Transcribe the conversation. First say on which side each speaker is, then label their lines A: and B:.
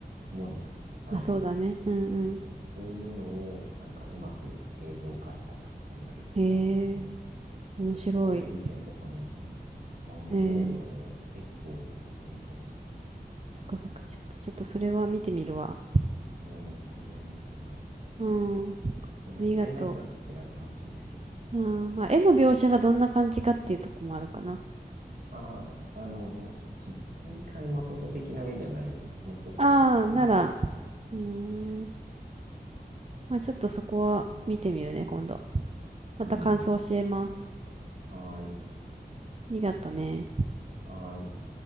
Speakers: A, on the right; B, on the right.
A: もんじゃん。なんでも。
B: まあそうだね。うんうん。
A: そうそういうのを、なんかうまく映像化した作品がルックバックっていうのかな。
B: へえ、
A: で
B: 面白い。
A: その後事件とかも起きるんだけど、まあ面白いよ、
B: えー、
A: あれは。結構おすすめかもしれない。
B: そっかそっか。ちょっと、ちょっとそれは見てみるわ。
A: うん、全然いいと思う、あれは。
B: うん。
A: それで嫌いな人は嫌いかもしれないけどね。
B: ありがとう。うん。まあ絵の描写がどんな感じかっていうとこもあるかな。
A: まあ、あの、新海誠的な絵じゃないよ。もうちょっと普通の絵。
B: ああ、なら、うーん。まあちょっとそこは見てみるね、今度。また感想教えます。
A: うん。はーい。
B: ありがとね。
A: はーい。